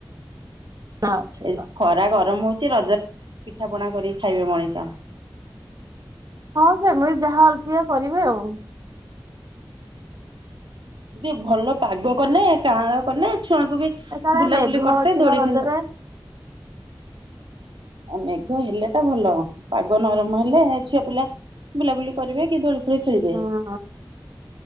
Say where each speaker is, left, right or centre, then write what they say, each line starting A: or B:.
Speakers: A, on the right (about 50°); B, on the right (about 85°).
A: ନା ଅଛି
B: ଏ
A: କହ।
B: ଖରା ଗରମ ହଉଚି। କିଛି ରଜରେ ପିଠା ପଣା କରି ଖାଇବେ ମଣିଷ।
A: ହଁ ସେ ମୁଇ ଯାହା ଅଳ୍ପ କରିବି ଆଉ।
B: ଯେ ଭଲ ପାଗ କଲେ କଅଁଳା କଲେ ଛୁଆଙ୍କୁ ବି
A: ଏ କାଳେ
B: ବୁଲାବୁଲି
A: ମେଘ
B: କରିଥା,
A: ଅଛି
B: ଦୋଳି
A: ବା ରଜରେ।
B: ଖେଳି ଆ ମେଘ ହେଲେ ତ ଭଲ। ପାଗ ନରମ ହେଲେ ଛୁଆ ପିଲା ବୁଲାବୁଲି କରିବେ କି ଦୋଳି ଖେଳି ଖେଳିବେ।
A: ହଁ